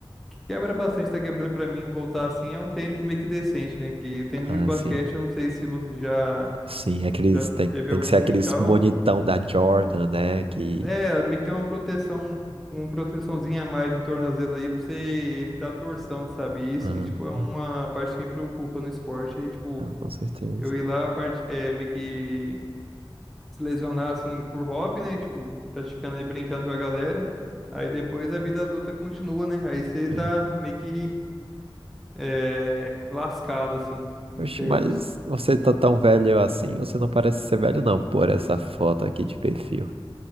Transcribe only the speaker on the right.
Ah,
sim.
Sim, aqueles,
tem,
tem
que ser aqueles
bonitão da Jordan, né? Que.
Ah,
não, com certeza.
É.
Oxe,
mas você tá tão velho assim, você não parece ser velho, não, por essa foto aqui de perfil.